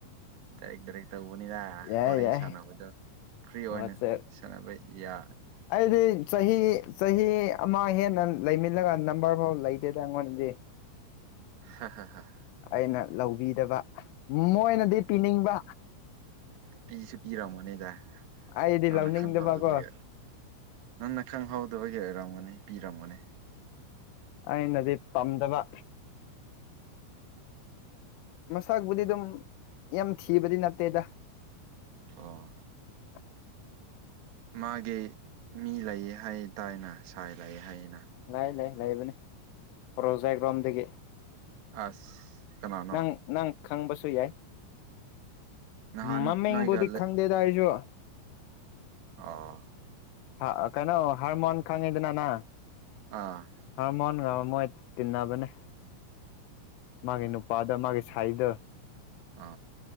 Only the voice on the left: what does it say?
ꯌꯥꯏ
ꯌꯥꯏ
ꯋꯥꯆꯦꯞ
ꯑꯩꯗꯤ ꯆꯍꯤꯍꯤ ꯆꯍꯤ ꯑꯃ ꯍꯦꯟꯅ ꯂꯩꯃꯤꯜꯂꯒ ꯅꯝꯕꯔ ꯐꯥꯎ ꯂꯩꯇꯦꯗ ꯑꯩꯉꯣꯟꯗꯤ
ꯑꯩꯅ ꯂꯧꯕꯤꯗꯕ ꯃꯣꯏꯅꯗꯤ ꯄꯤꯅꯤꯡꯕ
ꯑꯩꯗꯤ
ꯂꯧꯅꯤꯡꯗꯕꯀꯣ
ꯑꯩꯅꯗꯤ ꯄꯥꯝꯗꯕ ꯃꯁꯥꯕꯨꯗꯤ ꯑꯗꯨꯝ ꯌꯥꯝ ꯊꯤꯕꯗꯤ ꯅꯠꯇꯦꯗ
<unintelligible>
ꯂꯩ ꯂꯩ ꯂꯩꯕꯅꯤ ꯄ꯭ꯔꯣꯖꯦꯛ ꯔꯣꯝꯗꯒꯤ
ꯅꯪ ꯅꯪ ꯈꯪꯕꯁꯨ ꯌꯥꯏ
ꯃꯃꯤꯡꯕꯨꯗꯤ
ꯈꯪꯗꯦ ꯇ ꯍꯥꯏꯁꯨ
ꯍꯥ ꯀꯩꯅꯣ ꯍꯔꯃꯣꯟ ꯈꯪꯉꯗꯅꯅꯥ
ꯍꯔꯃꯣꯟ ꯃ ꯇꯤꯟꯅꯕꯅꯦ ꯃꯥꯒꯤ ꯅꯨꯄꯥꯗ ꯃꯥꯒꯤ ꯁꯥꯏꯗ